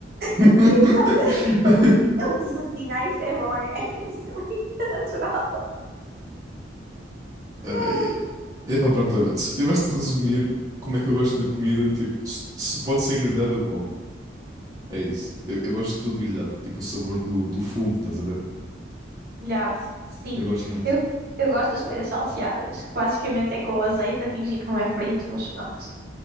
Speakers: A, on the right; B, on the right.
A: <laughs>
B: E então <laughs> ele, ele diz assim: ah, isto é bom, é, é penicilina <laughs> natural.
A: Ai,
B: Ai.
A: Epá, pronto, olha. Se eu tivesse de resumir como é que eu gosto da comida, tipo, se, se pode ser grelhada, eu como. É isso. Eu, eu gosto de tudo grelhado. Tipo o sabor do, do fumo, estás a ver?
B: Olhado, sim.
A: Eu gosto muito.
B: Eu, eu gosto das coisas salteadas, que basicamente é com azeite, a fingir que não é frito, mas pronto.